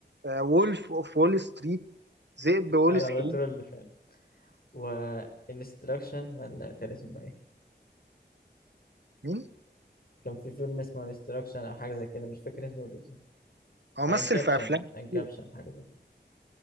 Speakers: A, on the right; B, on the left.
A: وولف أوف وول ستريت ذئب وول
B: انا
A: ستريت
B: بترول فان و انستراكشن ولا كان اسمه ايه
A: مين
B: كان في فيلم اسمه انستراكشن او حاجه زي كده مش فاكر اسمه بالظبط
A: هو
B: انكابشن
A: مثل في افلام
B: انكابشن
A: كتير.
B: حاجه زي كده